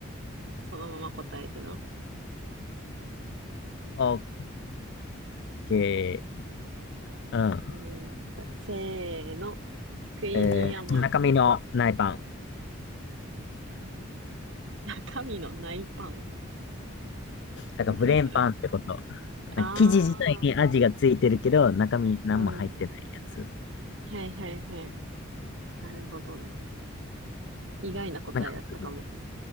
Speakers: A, on the right; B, on the left.
A: そのまま答えての。
B: オッケー。うん。
A: うん、じゃあせーの。クイニーアマン。
B: えー、中身のないパン。
A: 神の内パン。
B: だからブレーンパンってこと。
A: 何それ。あ
B: なんか生地自体に味がついてるけど、
A: ー、
B: 中身何も入ってないやつ。
A: うん。はいはいはい。なるほどね。意外な答えやったかも。
B: なんか、い